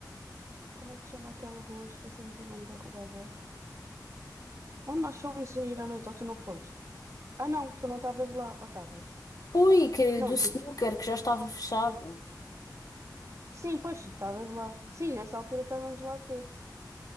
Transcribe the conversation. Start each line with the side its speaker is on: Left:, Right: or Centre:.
Right: como é que se chama aquela rua? Esqueci-me do nome da rua agora. Onde nós fomos a ir à noite, ou tu não foste? Ah, não, tu não estavas lá, ou estavas?
Left: Ui, que
Right: Não,
Left: do
Right: ti...
Left: snooker que já estava fechado.
Right: sim, pois tu estavas lá. Sim, nessa altura estávamos lá todos.